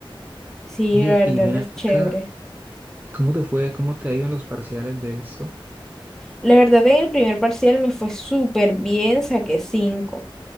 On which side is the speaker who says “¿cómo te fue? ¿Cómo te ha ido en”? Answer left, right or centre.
Right